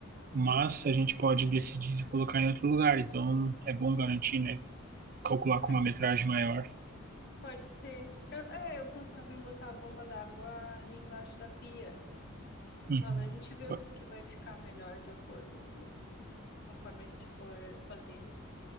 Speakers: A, on the right; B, on the left.
A: mas a gente pode decidir colocar em outro lugar, então é bom garantir, né? Calcular com
B: É,
A: uma metragem maior.
B: Pode ser. Eu- é, eu pensava em botar a bomba d'água ali embaixo da pia.
A: Uhum.
B: Mas a gente vê
A: Po-
B: o que que vai ficar melhor de acordo com conforme a gente for fazendo.